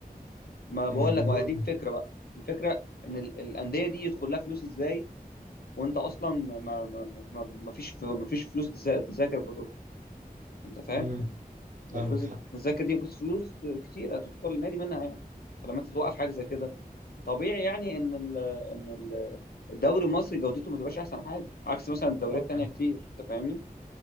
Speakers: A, on the left; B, on the right.
A: ما
B: يعني
A: بقول
B: الجمهور
A: لك ما هي دي الفكره بقى الفكره ان ال- الانديه دي يدخل لها فلوس ازاي وانت اصلا ما ما ما ما ما فيش ما فيش فلوس تذا- تذاكر برضه انت فاهم
B: مم.
A: يعني
B: عندك
A: فلوس
B: حق
A: التذاكر دي فلوس فلوس كتيره تدخل النادي منها يعني فلما انت توقف حاجه زي كده طبيعي يعني ان ال ان ال الدوري المصري جودته ما تبقاش احسن حاجه عكس مثلا الدوريات
B: آه.
A: التانيه كتير انت فاهمني